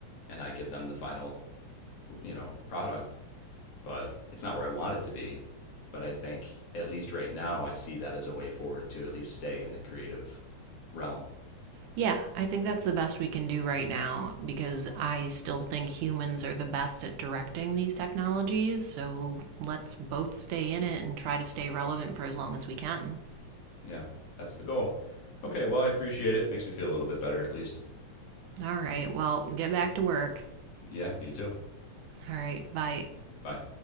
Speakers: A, on the left; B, on the right.
A: and I give them the final you know, product, but it's not where I want it to be. But I think at least right now, I see that as a way forward to at least stay in the creative realm.
B: Yeah, I think that's the best we can do right now because I still think humans are the best at directing these technologies, so let's both stay in it and try to stay relevant for as long as we can.
A: Yeah, that's the goal. Okay, well, I appreciate it. Makes me feel a little bit better at least.
B: All right, well, get back to work.
A: Yeah, you too.
B: All right, bye.
A: Bye.